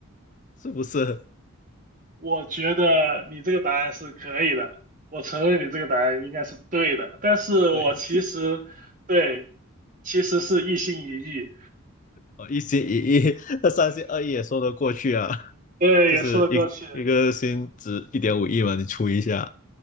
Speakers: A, on the left; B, on the right.
A: 是不是？
B: 我觉得你这个答案是可以的，我承认你这个答案应该是对的，但是我其实对，
A: 对，
B: 其实是一心一意，
A: 哦，一心一意，<laughs> 那三心二意也说得过去啊，
B: 对，
A: 就是一一个心值一点五亿嘛，
B: 也说得过去，
A: 你除一下，